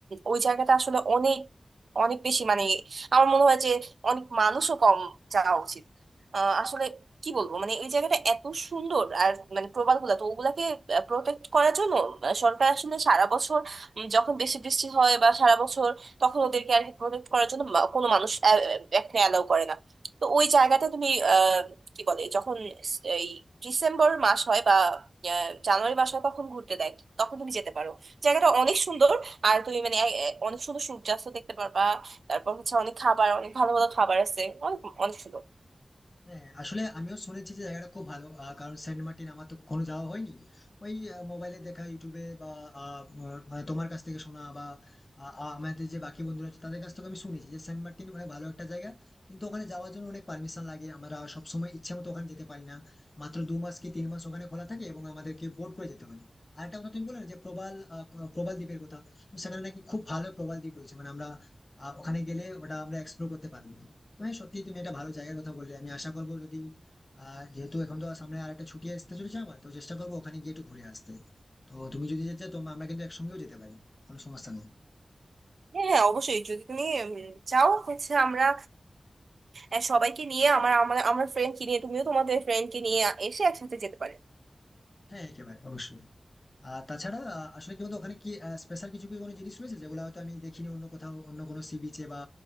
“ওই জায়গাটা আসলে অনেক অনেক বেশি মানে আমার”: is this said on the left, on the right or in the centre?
Right